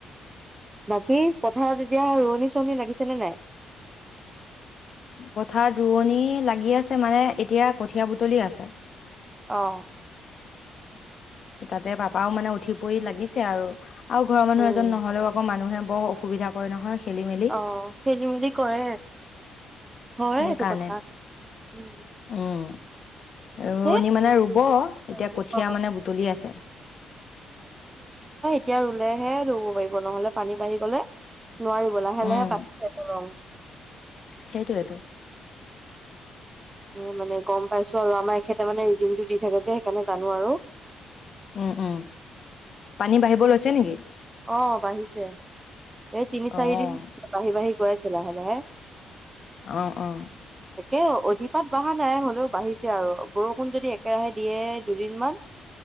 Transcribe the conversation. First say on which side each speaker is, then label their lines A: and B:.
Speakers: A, on the right; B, on the left.
A: বাকী পথাৰত এতিয়া ৰোৱনী চোৱনি লাগিছেনে নাই?
B: পথাৰ ৰোৱনী লাগি আছে মানে এতিয়া কঠীয়া বুটলি আছে।
A: অঁ।
B: তাতে বাপ <unintelligible> মানে উঠি পৰি লাগিছে আৰু। আৰু ঘৰৰ মানুহ
A: উম
B: এজন নহলেও আক' মানুহে বৰ অসুবিধা কৰে নহয়। খেলি মেলি
A: অঁ খেলি মেলি কৰে। হয়
B: সেইকাৰণে
A: এইটো কথা, উম।
B: উম ৰোৱনী
A: সেই
B: মানে ৰুব এতিয়া
A: অ
B: কঠীয়া
A: অ',
B: মানে বুটলি আছে।
A: তিয়া ৰুলেহে ৰুব পাৰিব নহলে পানী বাঢ়ি গলে নোৱাৰিব লাহে
B: উম
A: লাহে <unintelligible>
B: সেইটোয়েতো
A: এ মানে গম পাইছো আৰু আমাৰ এখেতে মানে ৰিডিংটো দি থাকে যে সেইকাৰণে জানো আৰু।
B: উম উম। পানী বাঢ়িব লৈছে নেকি?
A: অঁ বাঢ়িছে। এই তিনি
B: অ',
A: চাৰিদিন বাঢ়ি বাঢ়ি গৈ আছে লাহে লাহে।
B: অঁ অঁ।
A: তাকে অধিক তাত বাঢ়া নাই হলেও বাঢ়িছে আৰু বৰষুণ যদি একেৰাহে দিয়ে দুদিনমান